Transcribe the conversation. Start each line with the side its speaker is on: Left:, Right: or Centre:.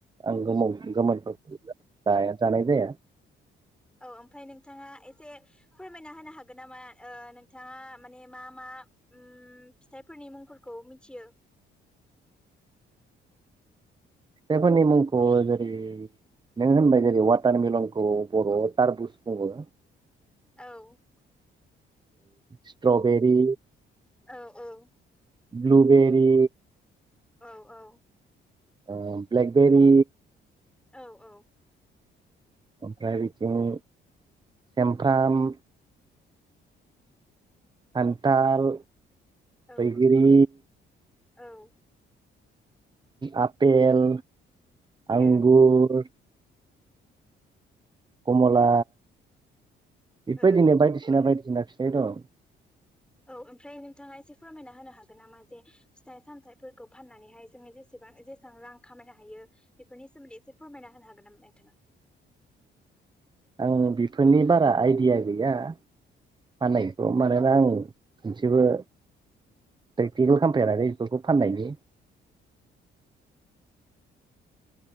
Right: आं औ गोमोनखौ जाया जानाय जाया
Centre: औ ओमफ्राय नोंथाङा ए हे फोरमायना होनो हाग नामा ओ नोंथाङा माने मा मा ओम फिथाइफोरनि मुंफोरखौ मिथियो
Right: फिथाइफोरनि मुंखौ जेरै नों होनबाय जेरै वाटारमेलनखौ बर'आव टारबुस बुङो।
Centre: औ
Right: सिट्रबेरी
Centre: औ औ
Right: ब्लुबेरि
Centre: औ औ
Right: आ ब्लेक बेेरि
Centre: औ औ
Right: ओमफ्राय बिदिनो सेमफ्राम खानथाल
Centre: औ
Right: बैग्रि
Centre: औ
Right: आपेल आंगुर
Centre: ओ
Right: कमला बेफोरबायदिनो
Centre: ओ
Right: बायदिसिना बाय नाखिनाय दं
Centre: औ ओमफ्राय नोंथाङा एसे फोरमायना होनो हागोन नामा जे फिथाइ सामथाइफोरखौ फाननानैहाय जोङो जेसेबां जेसेबां रां खामायनो हायो बेफोरनि सोमोन्दै एसे फोरमायना होनो हागोन नामा नोंथाङा
Right: आं बेफोरनि बारा आइडिया गैया फाननायखौ मानोना आं मोनसेबो प्रेक्टिकेल खालामफेर आरो बेफोरखौ फाननायनि